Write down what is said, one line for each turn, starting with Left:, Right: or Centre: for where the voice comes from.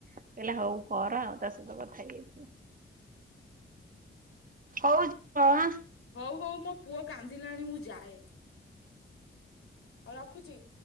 Right: କହିଲା ହଉ କର ଆଉ ତା ସହିତ କଥା ହେଇଯାଇଚି। ହଉ ଯ ଆଁ
Left: ହଉ ହଉ ମୋ ପୁଅ କାନ୍ଦିଲାଣି ମୁଁ ଯାଏ, ହଉ ରଖୁଛି।